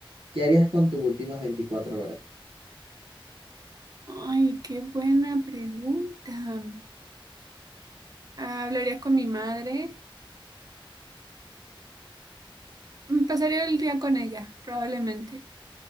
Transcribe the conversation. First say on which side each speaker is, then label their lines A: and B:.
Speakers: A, on the right (about 90°); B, on the right (about 45°).
A: ¿Qué harías con tus últimas 24 horas?
B: Ay, qué buena pregunta. Ah, Hablaría con mi madre, mm, pasaría el día con ella, probablemente.